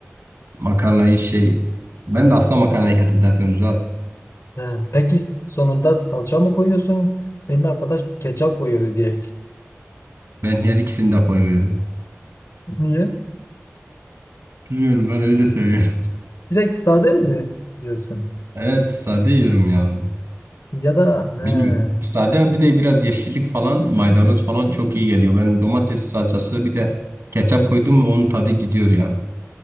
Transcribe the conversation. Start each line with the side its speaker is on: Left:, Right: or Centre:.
Right: makarnayı şey ben de aslında makarnayı kettle'da yapıyorum zaten.
Left: He. Peki sonunda salça mı koyuyorsun? Benim arkadaş ketçap koyuyordu direkt.
Right: Ben her ikisini de koymuyorum.
Left: Niye?
Right: Bilmiyorum ben öyle seviyorum.
Left: Direkt sade mi yiyorsun?
Right: Evet sade yiyorum ya.
Left: Ya da he,
Right: Bilmiyorum. Sade bir de biraz yeşillik falan, maydanoz falan çok iyi geliyor. Ben domates salçası bir de ketçap koydum mu onun tadı gidiyor ya.